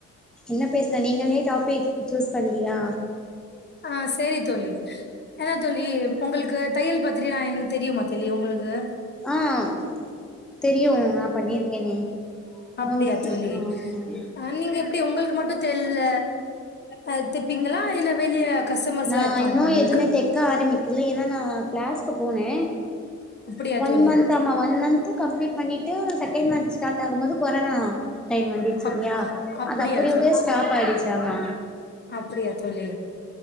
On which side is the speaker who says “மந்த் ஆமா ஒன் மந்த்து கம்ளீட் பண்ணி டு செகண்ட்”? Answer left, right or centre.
Centre